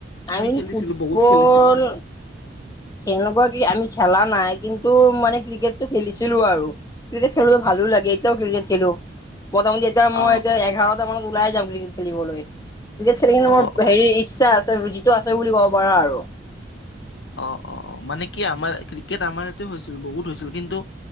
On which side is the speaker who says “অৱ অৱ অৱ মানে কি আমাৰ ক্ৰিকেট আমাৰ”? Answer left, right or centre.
Left